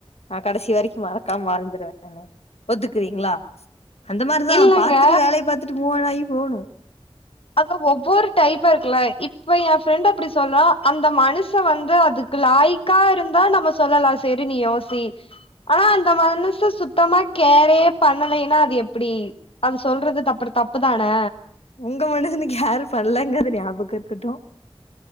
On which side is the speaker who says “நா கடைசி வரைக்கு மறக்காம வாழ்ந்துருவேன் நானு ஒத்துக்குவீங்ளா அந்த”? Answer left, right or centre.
Left